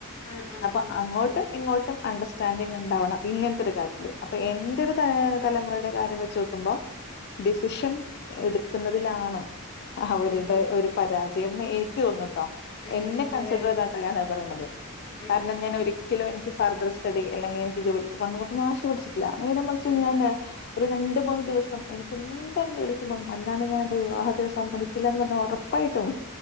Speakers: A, on the left (about 80°); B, on the left (about 45°).
A: ആഹ് ആഹ്
B: അപ്പോ
A: ആഹ്
B: അങ്ങോട്ടും
A: അതെ
B: ഇങ്ങോട്ടും അണ്ടർസ്റ്റാൻഡിങ് ഉണ്ടാവണം ഇങ്ങനത്തെ ഒരു കാര്യത്തി ല് അപ്പോ എന്റെ
A: അതെ
B: ഒരു ത തലമുറുടെ കാര്യം വെച്ച് നോക്കുമ്പോ ഡിസിഷൻ എടുക്കുന്നതിലാണ് അവരുടെ
A: ഉം ഉം
B: ഒരു പരാജയംമെന്ന്‌ എനിക്ക് തോനൂന്നൂ ട്ടോ
A: ഉം
B: എന്നെ
A: ഉം
B: കൺസിഡർ
A: അതെ അതെ
B: ചെയ്ത കേട്ടോ ഞാൻ പറയണത്
A: ഉം
B: കാരണം
A: ഉം
B: ഞാൻ
A: ഉം
B: ഒരിക്ക ഒരിക്കലും എനിക്ക് ഫർദർ സ്റ്റഡി അല്ലെങ്കിൽ എനിക്ക് ജോലിക്ക് പോണന്നു പറഞ്ഞ് വാശി പിടിച്ചിട്ടില്ല നേരെ മറിച്ച്
A: ഉം
B: ഞാന്
A: ഉം
B: ഒരു രണ്ട് മൂന്ന് ദിവസം എനിക്ക് എന്തായാലും ജോലിക്ക് പോണം അല്ലാണ്ട് ഞാൻ എന്റെ വിവാഹത്തിന് സമ്മതിക്കില്ല എന്ന് പറഞ്ഞ ഉറ ഉറപ്പായിട്ടും